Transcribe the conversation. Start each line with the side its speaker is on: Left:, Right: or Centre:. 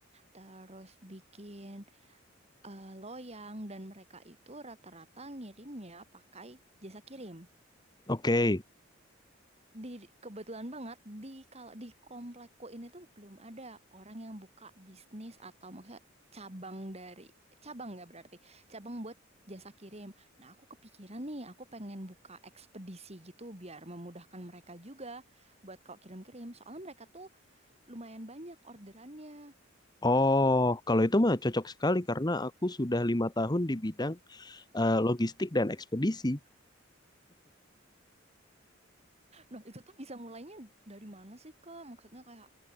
Right: terus bikin eh, loyang dan mereka itu rata-rata ngirimnya pakai jasa kirim.
Left: Oke.
Right: Di kebetulan banget di kalau di komplekku ini tuh belum ada orang yang buka bisnis atau maksudnya cabang dari cabang nggak berarti cabang buat jasa kirim. Nah, aku kepikiran nih, aku pengen buka ekspedisi gitu biar memudahkan mereka juga buat kalau kirim-kirim. Soalnya mereka tuh lumayan banyak orderannya.
Left: Oh, kalau itu mah cocok sekali karena aku sudah lima tahun di bidang eh, logistik dan ekspedisi.
Right: Nah, itu tuh bisa mulainya dari mana sih, Kak? Maksudnya kayak